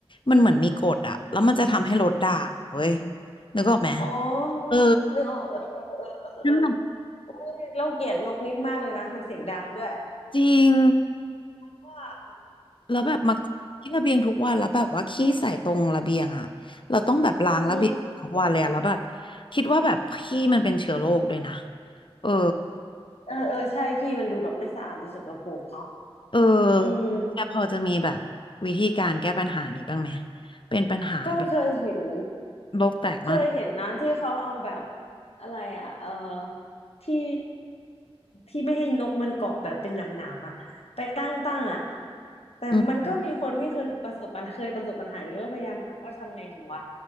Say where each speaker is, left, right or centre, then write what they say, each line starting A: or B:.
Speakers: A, on the left (about 55°); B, on the left (about 80°).
A: มันเหมือนมีกฎอะแล้วมันจะทำให้รถด่างเว้ยนึกออกไหม
B: อ๋อ
A: เออ
B: นึกออกเออเออเออเออ
A: น้ำหนัก
B: เราเกลียดนกนี้มากเลยนะมันเสียงดังด้วย
A: จริง
B: ว่า
A: แล้วแบบมาที่ระเบียงทุกวันแล้วแบบว่าขี้ใส่ตรงระเบียงอ่ะเราต้องแบบล้างระเบียงทุกวันเลยอะแล้วแบบ
B: อืมอืม
A: คิดว่าแบบขี้มันเป็นเชื้อโรคด้วยนะเออ
B: เออเออใช่ขี้มันดูแบบไม่สะอาดดูสกปรกเนาะ
A: เออ
B: อืม
A: แกพอจะมีแบบวิธีการแก้ปัญหานี้บ้างไหมเป็นปัญหาแบบ
B: ก็เคยเห็น
A: โลกแตกมาก
B: เคยเห็นนะที่เขาเอาแบบอะไรอ่ะเออที่ที่ไม่ให้นกมันเกาะแบบเป็นหนามๆอ่ะไปตั้งตั้งอ่ะแต่มันก็มีคนที่เคยประสบปัญหาเคยประสบปัญหานี้แล้วพยายามหาว่าทำไงดีวะ
A: อืม